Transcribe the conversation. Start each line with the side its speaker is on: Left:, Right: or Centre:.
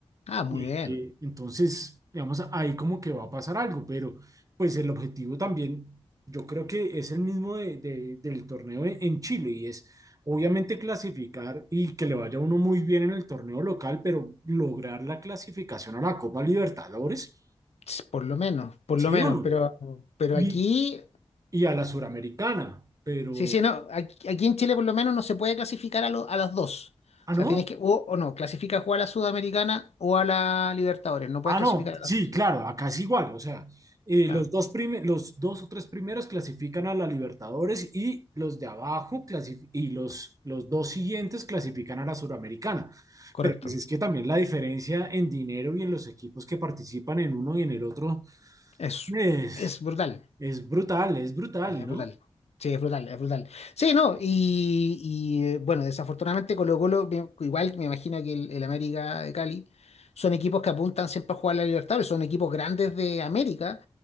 Left: Ah, muy
Right: Eh,
Left: bien.
Right: eh, entonces, digamos, ahí como que va a pasar algo, pero pues el objetivo también, yo creo que es el mismo de- de- del torneo en en Chile y es obviamente clasificar y que le vaya a uno muy bien en el torneo local, pero lograr la clasificación a la Copa Libertadores,
Left: Ts, Por lo menos, por
Right: ¿sí
Left: lo menos.
Right: o no?
Left: Pero, pero
Right: Y,
Left: aquí,
Right: y a la suramericana, pero...
Left: sí, sí, no. Aquí, aquí en Chile por lo menos no se puede clasificar a, lo- a las dos.
Right: Ah,
Left: O sea,
Right: no.
Left: tienes que, o, o no, clasificas o a la Sudamericana o a la Libertadores. No
Right: Ah,
Left: puedes clasificar
Right: no.
Left: a las
Right: Sí,
Left: dos.
Right: claro, acá es igual. O sea, eh,
Left: Claro,
Right: los dos prime- los dos o tres primeros clasifican a la Libertadores y los de abajo clasif- y los, los dos siguientes clasifican a la Suramericana.
Left: correcto.
Right: Pero pues es que también la diferencia en dinero y en los equipos que participan en uno y en el otro
Left: Es,
Right: es,
Left: es brutal.
Right: es brutal, es brutal,
Left: Es
Right: ¿no?
Left: brutal. Sí, es brutal, es brutal. Sí, no, y, y, eh, bueno, desafortunadamente Colo-Colo, me- igual me imagino que el, el América de Cali, son equipos que apuntan siempre a jugar la Libertadores, son equipos grandes de América,